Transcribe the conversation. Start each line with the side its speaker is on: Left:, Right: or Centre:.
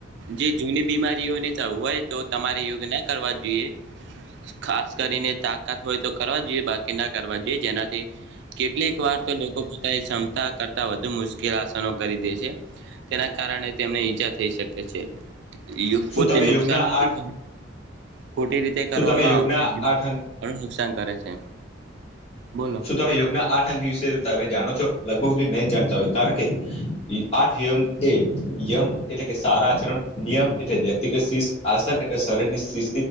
Right: જે જૂની બીમારીઓની હોય તો તમારે યોગ ના કરવા જોઈએ ખાસ કરીને તાકાત હોય તો કરવા જોઈએ બાક ના કરવા જોઈએ. જેનાથી કેટલીક વાર તો લોકો પોતાની ક્ષમતા કરતા વધુ મુશ્કેલ આસનો કરી દે છે. તેના કારણે તેમને ઈજા થઈ શકે છે. યોગ
Left: શું
Right: પોતે
Left: તમે
Right: નુકસાન
Left: યોગના
Right: નથી
Left: આઠ
Right: ખોટી રીતે
Left: શું
Right: કરવામાં
Left: તમે યોગના
Right: આવતો યુગ
Left: આઠ અંગ
Right: ઘણું નુકસાન કરે છે. બોલો
Left: શું તમે યોગના આઠ અંગ વિશે તમે જાણો છો? બુધી નહી જાણતા હોય. કારણ કે આઠ યંગ એ યમ એટલે કે સારા આચરણ, નિયમ એટલે વ્યક્તિગત શીષ આસન એટલે શરીર ની શિસ્